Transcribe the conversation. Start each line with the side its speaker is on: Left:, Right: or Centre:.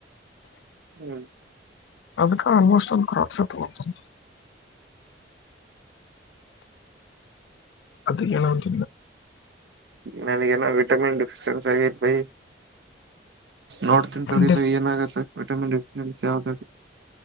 Right: ಹ್ಮ್
Left: ಅದಕ್ಕ ಆಲ್ಮೋಸ್ಟ್ ಒಂದು ಕರಾಡ್ ಸತತ ಅದ ನವುತ
Right: ನ ವಿಟಾಮಿನ್ ಫನ್ ಸ ಬ ನೋಡ್ತನ್ಂತರಿ
Left: ನಾನು
Right: ಏನಾಗತ್ತ ವಿಟಮಿನ್ಫ ಯಾವ್ದ